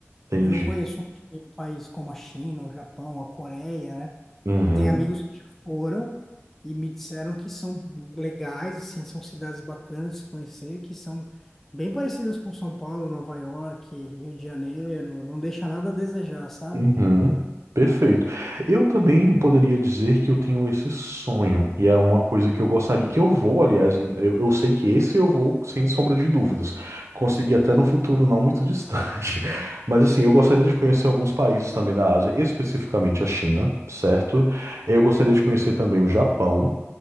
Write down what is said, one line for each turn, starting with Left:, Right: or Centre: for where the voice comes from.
Right: Entendi.
Centre: Eu não conheço um país como a China, o Japão, a Coreia, né?
Right: Uhum,
Centre: E tem amigos que já foram e me disseram que são legais, assim, são cidades bacanas de se conhecer, que são bem parecidas com São Paulo, Nova York, Rio de Janeiro, não deixa nada a desejar, sabe?
Right: uhum. Perfeito. Eu também poderia dizer que eu tenho esse sonho, e é uma coisa que eu gostaria, que eu vou, aliás, eu, eu sei que esse eu vou, sem sombra de dúvidas, conseguir até no futuro não muito <laughs> distante. Mas assim, eu gostaria
Centre: Sim,
Right: de conhecer alguns países também da Ásia, especificamente a China, certo? Eu gostaria
Centre: sim.
Right: de conhecer também o Japão.